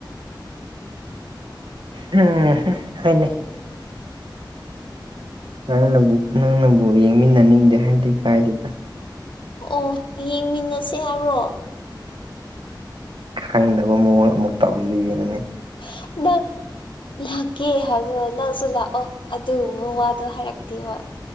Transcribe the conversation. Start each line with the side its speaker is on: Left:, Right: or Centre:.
Right: ꯍꯝꯍꯝ ꯍꯣꯏꯅꯦ ꯅꯪꯅꯕꯨ -ꯅꯪꯅꯕꯨ ꯌꯦꯡꯃꯤꯟꯅꯅꯤꯡꯗꯦ ꯍꯥꯏꯗꯤ ꯀꯥꯏꯗꯦꯗ
Left: ꯑꯣ ꯌꯦꯡꯃꯤꯟꯅꯁꯦ ꯍꯥꯏꯕ꯭ꯔꯣ
Right: ꯈꯪꯗꯕ ꯃꯑꯣꯡ ꯑꯃꯨꯛ ꯇꯧꯔꯤꯗꯨ ꯌꯦꯡꯉꯨꯅꯦ
Left: <unintelligible> ꯅꯥ- ꯂꯥꯛꯀꯦ ꯍꯥꯏꯕ ꯅꯪꯁꯨ ꯂꯥꯛꯑꯣ ꯑꯗꯨꯒꯨꯝꯕ ꯋꯥꯗꯣ ꯍꯥꯏꯔꯛꯇꯦꯕ